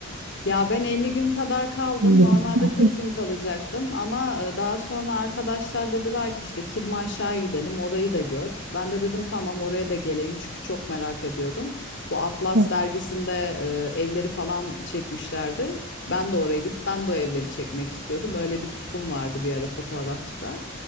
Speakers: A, on the left (about 60°); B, on the right (about 80°).
A: Ya ben 50 gün kadar kaldım.
B: Öyle
A: Normalde
B: bir- ha,
A: 40 gün kalacaktım ama e, daha sonra arkadaşlar dediler ki işte Kirmanşah'a gidelim, orayı da gör. Ben de dedim tamam oraya da geleyim çünkü çok merak ediyordum. Bu Atlas
B: Evet,
A: dergisinde e, evleri falan çekmişlerdi. Ben de oraya gidip ben de o evleri çekmek istiyordum. Böyle bir tutkum vardı bir ara fotoğrafçıda.